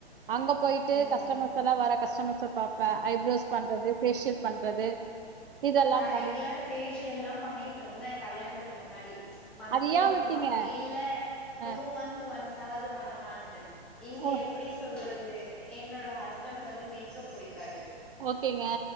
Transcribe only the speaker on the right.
அங்க போயிட்டு
கஸ்டமர்ஸ் எல்லாம் வர கஸ்டமர்ஸ பாப்பேன் ஐப்ரோஸ் பண்றது ஃபேஷியல் பண்றது இதெல்லா
பண்ணி
அது ஏ
விட்டீங்க
அ
ஓ
ஓகேங்க